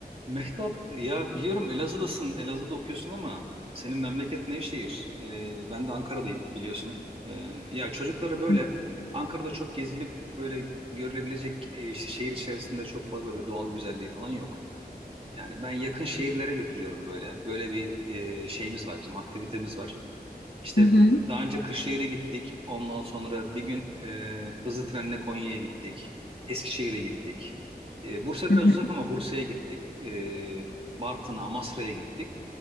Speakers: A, on the right; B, on the left.
A: Mehtap ya biliyorum Elazığ'dasın, Elazığ'da okuyorsun ama senin memleket Nevşehir. Ee, ben de Ankara'dayım biliyorsun. Ee, ya çocukları böyle
B: Hı
A: Ankara'da çok gezilip böyle görülebilecek e, işte şehir içerisinde çok fazla böyle doğal güzelliği falan yok. Yani ben yakın şehirlere götürüyorum böyle. Böyle bir e, şeyimiz var bizim aktivitemiz var. İşte
B: hı,
A: daha önce Kırşehir'e gittik. Ondan sonra bir gün e, hızlı trenle Konya'ya gittik. Eskişehir'e gittik. E, Bursa
B: hı
A: biraz
B: hı.
A: uzak ama Bursa'ya gittik. E, Bartın'a, Amasra'ya gittik.